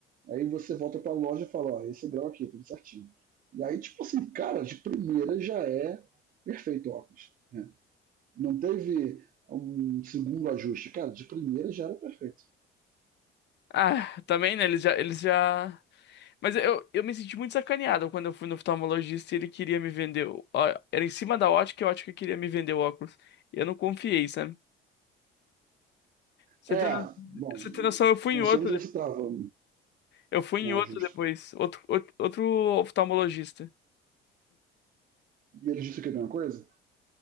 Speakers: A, on the right (about 45°); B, on the left (about 60°).
A: Aí você volta pra loja e fala, ó, esse grau aqui, tudo certinho. E aí, tipo assim, cara, de primeira já é perfeito o óculos. né? Não teve um segundo ajuste. Cara, de primeira já era perfeito.
B: Ah, também, né? Eles já, eles já... Mas eu, eu me senti muito sacaneado quando eu fui no oftalmologista e ele queria me vender... o- ó, Era em cima da ótica e a ótica queria me vender o óculos. E eu não confiei, sabe? Você
A: É,
B: tem, no-
A: bom,
B: você tem noção, eu fui
A: não
B: em outro...
A: sei onde você tava,
B: Eu fui
A: né,
B: em outro
A: justo.
B: depois. Outro, outro, outro oftalmologista.
A: E eles disseram que é a mesma coisa?